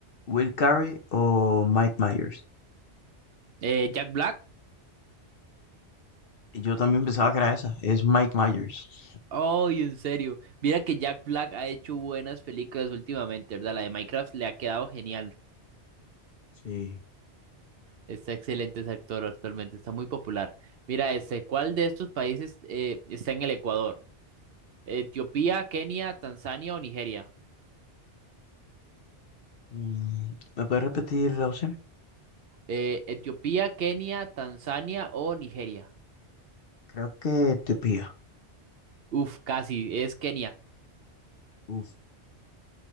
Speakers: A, on the left (about 55°); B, on the right (about 60°).
A: Will Carey o Mike Myers?
B: Eh, ¿Jack Black?
A: Y Yo también pensaba que era esa, es Mike Myers.
B: Ay, en serio. Mira que Jack Black ha hecho buenas películas últimamente, ¿verdad? La de Minecraft le ha quedado genial.
A: Sí.
B: Está excelente ese actor actualmente, está muy popular. Mira, ese, ¿cuál de estos países eh, está en el Ecuador? Etiopía, Kenia, Tanzania o Nigeria.
A: Mm, ¿Me puedes repetir la opción?
B: Eh, Etiopía, Kenia, Tanzania o Nigeria.
A: Creo que Etiopía.
B: Uf, casi, es Kenia.
A: Uf,